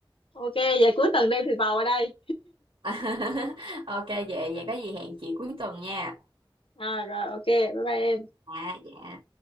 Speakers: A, on the left; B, on the right.
A: ok, vậy cuối tuần đem thịt bò qua đây.
B: <laughs> Ok vậy vậy có gì hẹn chị cuối tuần nha.
A: À, rồi ok, bye bye em.
B: À dạ.